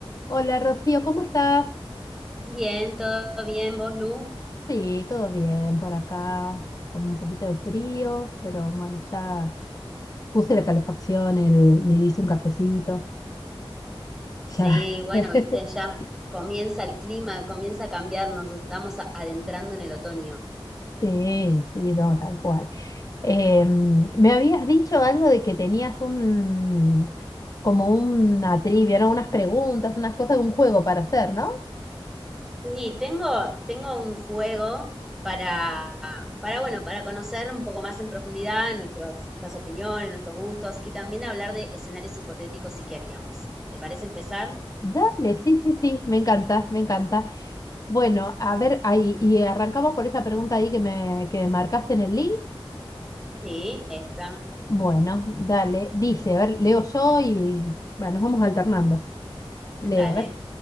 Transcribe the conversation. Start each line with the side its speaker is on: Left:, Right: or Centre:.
Left: Hola Rocío, ¿cómo estás?
Centre: Bien, todo bien, vos, Lu.
Left: Sí, todo bien por acá, con un poquito de frío, pero bueno, ya puse la calefacción, el, me hice un cafecito,
Centre: Sí,
Left: ya.
Centre: bueno,
Left: <laughs>
Centre: viste, ya comienza el clima, comienza a cambiar, nos estamos a- adentrando en el otoño.
Left: Sí, sí, no, tal cual. Em, me habías dicho algo de que tenías un, como una trivia, ¿no? Unas preguntas, unas cosas, un juego para hacer, ¿no?
Centre: Sí, tengo, tengo un juego para, para, bueno, para conocer un poco más en profundidad nuestros, nuestras opiniones, nuestros gustos y también hablar de escenarios hipotéticos y qué haríamos. ¿Te parece empezar?
Left: Dale, sí, sí, sí, me encanta, me encanta. Bueno, a ver, ahí, y arrancamos por esa pregunta ahí que me, que me marcaste en el link.
Centre: Sí, esta.
Left: Bueno, dale. Dice, a ver, leo yo y bueno, nos vamos alternando. Leo,
Centre: Dale.
Left: a ver.